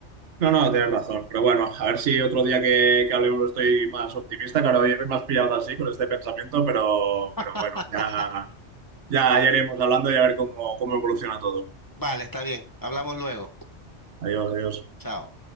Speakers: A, on the right; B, on the left.
A: No, no, tienes razón. Pero bueno, a ver si otro día que, que hablemos estoy más optimista. Claro, hoy me has pillado así con este pensamiento, pero,
B: <laughs>
A: pero bueno, ya, ya, ya iremos hablando y a ver cómo, cómo evoluciona todo.
B: Vale, está bien, hablamos luego.
A: Adiós, adiós.
B: Chao.